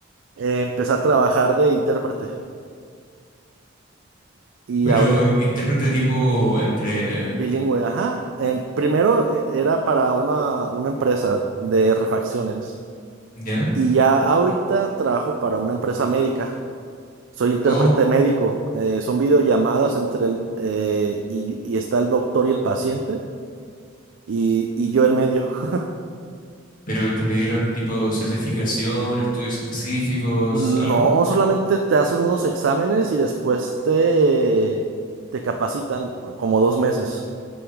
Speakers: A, on the right (about 75°); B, on the left (about 45°).
A: eh, empecé a trabajar de intérprete. Y
B: Pero
A: ahorita
B: intérprete tipo entre,
A: Bilingüe, ajá. Em, primero eh, era para una, una empresa de refacciones
B: ya.
A: y ya ahorita trabajo para una empresa médica. Soy intérprete
B: Oh,
A: médico. Eh, son videollamadas entre el, eh, y, y está el doctor y el paciente y, y yo en medio. <laughs>
B: pero te pidieron tipo certificación, estudios específicos,
A: No,
B: algo.
A: solamente te hacen unos exámenes y después te, te capacitan como dos meses.